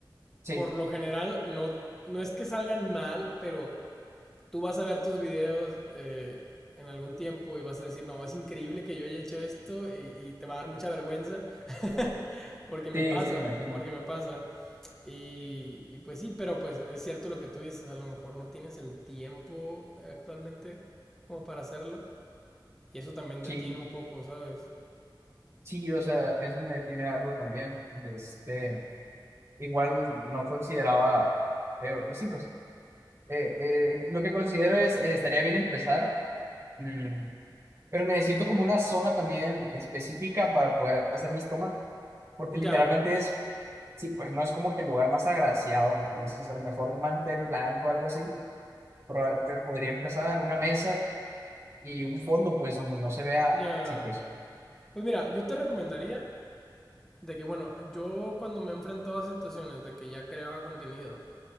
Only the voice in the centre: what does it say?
Por lo general, no, no es que salgan mal, pero tú vas a ver tus videos eh, en algún tiempo y vas a decir, no, es increíble que yo haya hecho esto y, y te va a dar mucha vergüenza, <laughs> porque me
pasa,
porque me pasa. Y, y pues sí, pero pues es cierto lo que tú dices, a lo mejor no tienes el tiempo eh, actualmente como para hacerlo. Y eso también
detiene un poco, ¿sabes?
Ya,
ya.
Pues mira, yo te recomendaría de que, bueno, yo cuando me he enfrentado a situaciones de que ya creaba contenido